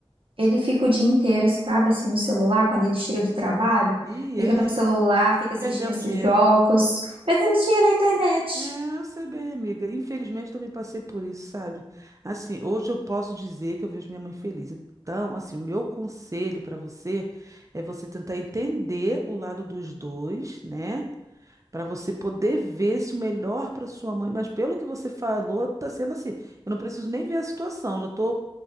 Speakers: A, on the right; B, on the right.
A: Ele fica o dia inteiro, sabe, assim, no celular, quando ele chega do trabalho,
B: E
A: fica
B: é,
A: no celular, fica assistindo
B: perdendo
A: esses
B: dinheiro.
A: jogos, perdendo dinheiro na internet.
B: É, eu sei bem, amiga. Infelizmente também passei por isso, sabe? Assim, hoje eu posso dizer que eu vejo minha mãe feliz. Então, assim, o meu conselho para você é você tentar entender o lado dos dois, né? Para você poder ver se o melhor para sua mãe, mas pelo que você falou, tá sendo assim. Eu não preciso nem ver a situação, já tô